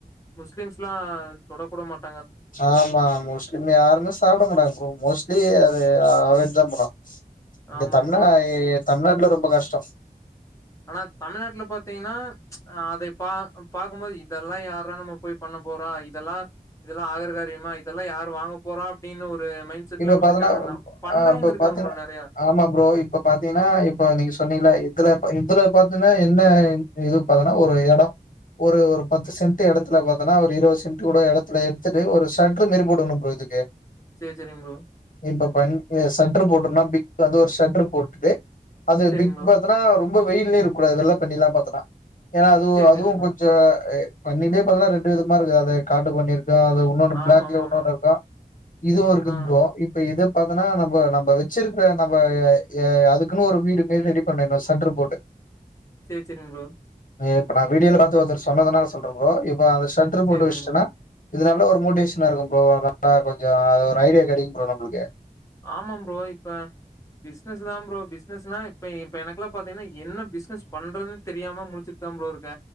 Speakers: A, on the left (about 20°); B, on the left (about 60°).
A: முஸ்லீம்ஸ்லா தொடக் கூட மாட்
B: ஆம் மா மோஸ்ட்லி யாருமே சாப்ட மாட்டாங்க ப்ரோ மோஸ்ட்லி அது அவாய்ட் தா பன்றா இந்த
A: ஆமா
B: தம்நா
A: ப்ரோ
B: தமிழ்நாட்ல ரொம்ப கஷ்டோ
A: ஆனா தமிழ்நாட்ல பாத்தீங்னா அதை பா பாக்குமோது இதெல்லா யாரா நம்ம போய் பண்ண போறா இதெல்லா இதெல்லா ஆகர காரியமா இதெல்லா யாரு வாங்க போற அப்டின்னு ஒரு மைண்ட் செட்ல
B: இப்ப
A: விட்டுட்டாங்கன்னா
B: பாத்தனா
A: பண்றவங்க
B: ஆ இப்ப
A: இருக்காங்க
B: பாத்தீனா
A: ப்ரோ நெறையா
B: ஆமா ப்ரோ இப்ப பாத்தீங்கனா இப்ப நீங்க சொன்னிங்கல்ல இதுல ப இதுல பாத்தீனா என்ன இது பாத்தனா ஒரு எடோ ஒரு ஒரு பத்து சென்ட்டு எடத்துல பாத்தனா ஒரு இருவது சென்ட்டு கூட எடத்துல எடுத்துட்டு ஒரு ஷட்ரு மேரி போட்டர்னு ப்ரோ இதுக்கு
A: சேரி செரிங்க ப்ரோ
B: இப்ப பண் எ ஷட்ரு போட்டோனா பிக் வந்து ஒரு ஷட்ரு போட்டுட்டு அது
A: சேரிங்
B: பிக்
A: ப்ரோ
B: பா அதுனா ரொம்ப வெயிலயே இருக்கூடாது வெள்ள பண்ணில்லா பாத்தனா ஏனா அதுவு
A: சேரி
B: அதுவு
A: சேரிங் ப்ரோ
B: கொஞ் ச எ பண்ணிலியே பாத்தனா ரெண்டு விதமா இருக்கு அது காட்டு பண்ணிருக்கு அது இன்னொன்னு
A: ஆமா
B: பிளாக்ல
A: ஆமா
B: ஒன்னோனு
A: ஆமா
B: இருக்கா இதுவு ஒரு
A: ஆ
B: போ இப்ப இத பாத்தனா நம்ப நம்ப வச்சிருக்க நம்ப எ எ அதுக்குனு ஒரு வீடு மேர் ரெடி பண்ணிர்னு சட்ரு போட்டு
A: சேரி சேரிங் ப்ரோ
B: இப்ப நா வீடியால பாத்து ஒருத்தர் சொன்னதுனால சொல்ற ப்ரோ இப்ப அந்த ஷட்ரு போட்டு
A: சேரிங்
B: வச்ட்டனா
A: ப்ரோ
B: இது நல்ல ஒரு மோட்டிவேஷனா இருக்கு ப்ரோ நல்லா கொஞ்சோ அது ஒரு ஐடியா கெடைக்கு ப்ரோ நம்புளுக்கு
A: ஆமா ப்ரோ இப்ப பிஸ்னஸ் தா ப்ரோ பிஸ்னஸ்னா இப்ப இப்ப எனக்லா பாத்தீங்கனா என்ன பிஸ்னஸ் பண்றதுன் தெரியாம முழிச்சிட் தா ப்ரோ இருக்க